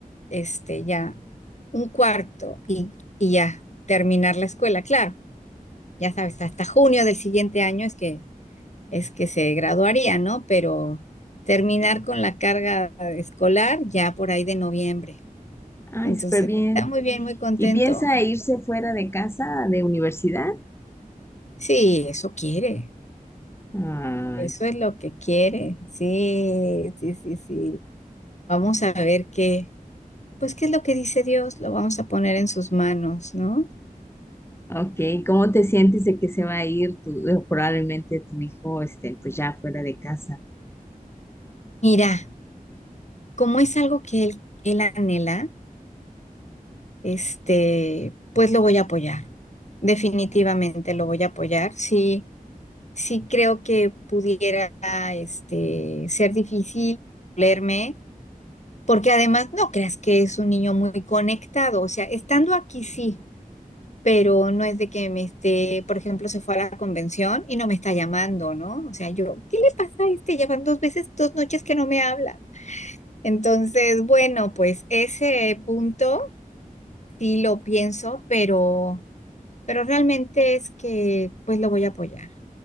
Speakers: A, on the left (about 50°); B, on the left (about 15°).
A: este, ya un cuarto y, y ya terminar la escuela. Claro, ya sabes, hasta junio del siguiente año es que, es que se graduaría, ¿no? Pero terminar con la carga escolar ya por ahí de noviembre.
B: Ay,
A: Entonces,
B: súper bien.
A: está muy bien, muy contento.
B: ¿Y piensa irse fuera de casa, de universidad?
A: Sí, eso quiere,
B: Ah,
A: eso es lo que quiere. Sí, sí, sí, sí. Vamos a ver qué, pues qué es lo que dice Dios, lo vamos a poner en sus manos, ¿no?
B: ok, ¿cómo te sientes de que se va a ir tu, eh, probablemente tu hijo, este, pues ya fuera de casa?
A: Mira. como es algo que él, él anhela, este, pues lo voy a apoyar. Definitivamente lo voy a apoyar. Sí, sí creo que pudiera, este, ser difícil leerme, porque además no creas que es un niño muy conectado. O sea, estando aquí sí, pero no es de que me esté, por ejemplo, se fue a la convención y no me está llamando, ¿no? O sea, yo, ¿qué le pasa a este? Llevan dos veces, dos noches que no me habla. Entonces, bueno, pues ese punto Sí lo pienso, pero, pero realmente es que pues lo voy a apoyar.